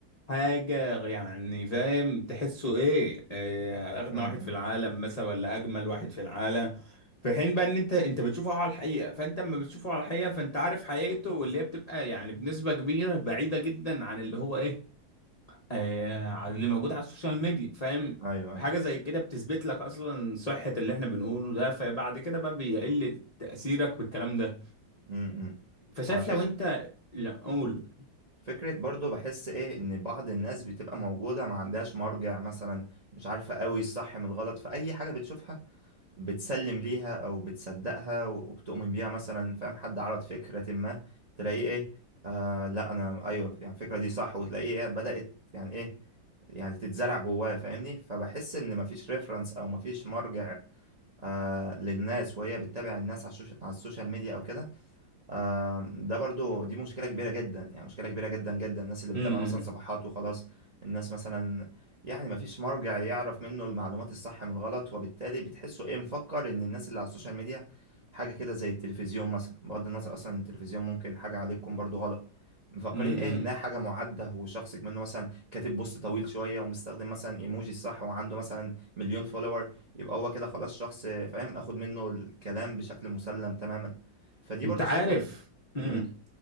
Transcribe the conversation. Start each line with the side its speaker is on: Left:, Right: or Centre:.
Left: حاجة يعني فاهم تحسه ايه, إيه اغنى
Right: امم
Left: واحد في العالم مثلا ولا اجمل واحد في العالم في حين بقى ان انت انت بتشوفه على الحقيقة فانت اما بتشوفه على الحقيقة فانت عارف حقيقته واللي هي بتبقى يعني بنسبة كبيرة بعيدة جدا عن اللي هو ايه آه عن اللي موجود على السوشيال ميديا فاهم
Right: أيوه أيوه
Left: حاجة زي كده بتثبت لك اصلا صحة اللي احنا بنقوله ده فبعد كده بقى بيقل تأثيرك بالكلام ده
Right: امم
Left: فشايف
Right: آه فكرة
Left: لو انت لا اقول
Right: فكرة برضو بحس إيه إن بعض الناس بتبقى موجودة ما عندهاش مرجع مثلا مش عارفة قوي الصح من الغلط فأي حاجة بتشوفها بتسلم ليها او بتصدقها وبتؤمن بيها مثلا فاهم حد عرض فكرة ما تلاقيه ايه آه لا انا ايوه يعني الفكرة دي صح وتلاقيه إيه بدأت يعني ايه يعني تتزرع جواه فاهمني فبحس ان مفيش ريفرنس او مفيش مرجع آه للناس وهي بتتابع الناس على الشوش- على السوشيال ميديا او كده آه، ده برضو دي مشكلة كبيرة جدا يعني مشكلة كبيرة جدا جدا الناس اللي بتتابع
Left: امم
Right: مثلا صفحات وخلاص الناس مثلا يعني مفيش مرجع يعرف منه المعلومات الصح من غلط وبالتالي بتحسه ايه مفكر ان الناس اللي على السوشيال ميديا حاجة كده زي التلفزيون مثلا بغض النظر اصلا إن التلفزيون ممكن حاجة عليكم برضو غلط مفكرين
Left: امم
Right: ايه انها حاجة معدة وشخصك منه مثلا كاتب بوست طويل شوية ومستخدم مثلا ايموجي الصح وعنده مثلا مليون فولور يبقى هو كده خلاص شخص فاهم اخد منه الكلام بشكل مسلم تماما فدي
Left: انت
Right: برضو
Left: عارف
Right: شايفها
Left: امم
Right: امم